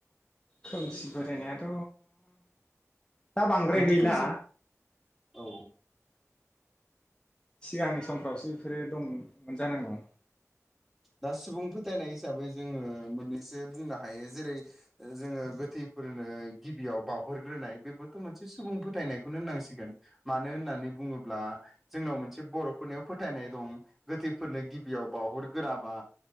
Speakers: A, on the left; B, in the centre.
A: खोमसि बोरायनायाथ' दा बांद्राय
B: माने
A: गैला
B: खोमसि औ
A: सिगांनि समफ्रावसो बेफोरो दंमोन जानांगौ।
B: दा सुबुं फोथायनाय हिसाबै जोङो मोननैसो बुंनो हायो जेरै जोङो गोथैफोरनो गिबियाव बावहरग्रोनाय बेबोथ' मोनसे सुबुं फोथायनायखौनो होननांसिगोन मानो होननानै बुङोब्ला जोंनाव मोनसे बर'फोरनियाव फोथायनाय दं गोथैफोरनो गिबियाव बावहर गोराबा